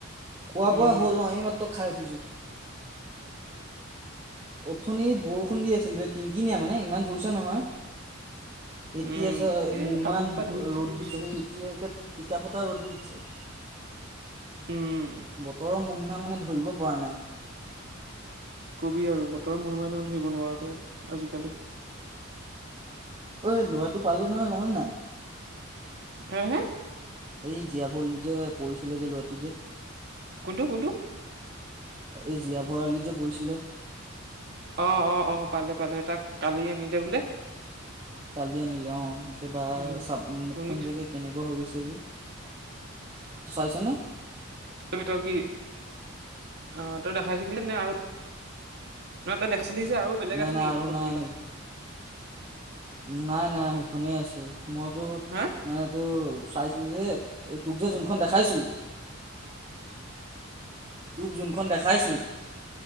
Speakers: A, on the right; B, on the right.
A: খোৱা
B: উম
A: বোৱা হ'ল অ আমি মাত্ৰ খাই উঠিছো। অথনি বৰষুণ দি আছিলে কিনকিনিয়া মানে ইমান জোৰছে নহয়। এতিয়া
B: উম
A: চা ইমান
B: এই কাপোৰ সোপা ধুই দিছিলো
A: ৰ'দ
B: পিছ
A: দিছে এতিয়া। টিকা ফটা ৰ'দ দি দিছে।
B: উম
A: বতৰৰ মহিমা মানে ধৰিব পৰা নাই। <inaudible>
B: কবি আৰু বতৰৰ মহিমা ধৰিব নোৱাৰোঁ তই আজিকালি।
A: অ ল'ৰাটো পালে নহয় জানো নে নাই।
B: উম। <unintelligible>
A: এই জীয়া ভৰিলত যে পৰিছিলে যে ল'ৰাটো যে।
B: কোনটো কোনটো। <inaudible>
A: এই জীয়াভৰালিত যে পৰিছিলে।
B: অ অ অ পালে পালে তাক কালি আনিলে বোলে।
A: কালি আনিলে অ কিবা
B: উম
A: চাব মুখখন
B: শুনিছো
A: যে কেনেকুৱা হৈ গৈছে। <inaudible> চাইছা নে।
B: ত তই কি, অ তই দেখাইছিলি নে আৰু নহ তই আছিলি‌ যে আৰু বেলেগ
A: নাই
B: আছে
A: নাই
B: নেকি
A: আৰু
B: ফটো
A: নাই
B: কিবা।
A: নাই, নাই সেইখনেই আছে মইতো
B: হা
A: মানে তোৰ চাই তোৰ যে এই তোক যে যোনখন দেখাইছো। তোক যোনখন দেখাইছো।